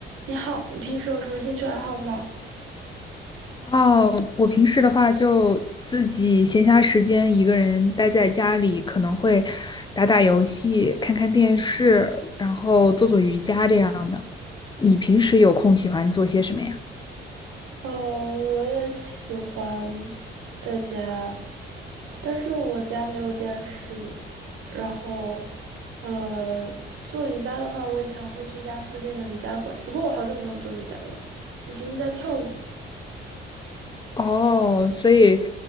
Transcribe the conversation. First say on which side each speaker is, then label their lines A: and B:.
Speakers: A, on the right (about 90°); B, on the left (about 20°).
A: 你好，你平时有什么兴趣爱好吗？
B: 哦，我平时的话就自己闲暇时间一个人待在家里，可能会打打游戏、看看电视，然后做做瑜伽这样的。你平时有空喜欢做些什么呀？
A: 呃，我也喜欢在家，但是我家没有电视。然后，呃，做瑜伽的话，我以前会去家附近的瑜伽馆，不过我好久没有做瑜伽了。我最近在跳舞，
B: 哦，所以，